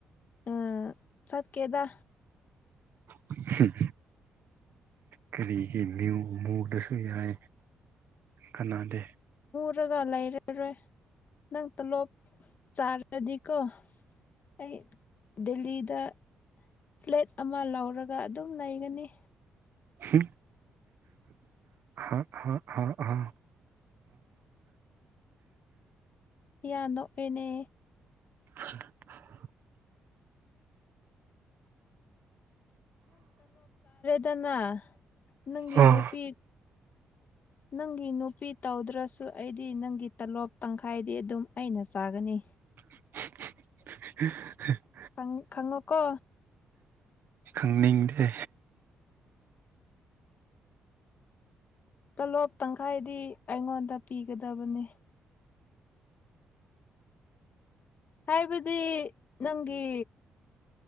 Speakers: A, on the left; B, on the right.
A: ꯑꯥ ꯆꯠꯀꯦꯗ
B: ꯍꯝꯍꯝ ꯀꯔꯤꯒꯤ ꯅ꯭ꯌꯨ ꯃꯨꯗꯁꯨ ꯌꯥꯏ ꯀꯥꯅꯗꯦ
A: ꯇ꯭ꯔꯒ ꯂꯩꯔꯔꯣꯏ ꯅꯪ ꯇꯂꯣꯞ ꯆꯥꯔꯗꯤꯀꯣ ꯑꯩ ꯗꯦꯜꯂꯤꯗ ꯐ꯭ꯂꯦꯠ ꯑꯃ ꯂꯧꯔꯒ ꯑꯗꯨꯝ ꯂꯩꯒꯅꯤ
B: ꯍꯨ ꯑ ꯑ ꯍꯍ
A: ꯌꯥ ꯅꯣꯛꯑꯦꯅꯦ
B: <unintelligible>
A: ꯇꯅ ꯅꯪꯒꯤ
B: ꯍꯥ
A: ꯅꯨꯄꯤ ꯅꯪꯒꯤ ꯅꯨ ꯄꯤ ꯇꯧꯗ꯭ꯔꯁꯨ ꯑꯩꯗꯤ ꯅꯪꯒꯤ ꯇꯂꯣꯞ ꯇꯪꯈꯥꯏꯗꯤ ꯑꯗꯨꯝ ꯑꯩꯅ ꯆꯥꯒꯅꯤ
B: <unintelligible>
A: ꯈꯪ ꯈꯪꯉꯣ ꯀꯣ
B: ꯈꯪꯅꯤꯡꯗꯦ
A: ꯇꯣꯂꯣꯞ ꯇꯪꯈꯥꯏꯗꯤ ꯑꯩꯉꯣꯟꯗ ꯄꯤꯒꯗꯕꯅꯦ ꯍꯥꯏꯕꯗꯤ ꯅꯪꯒꯤ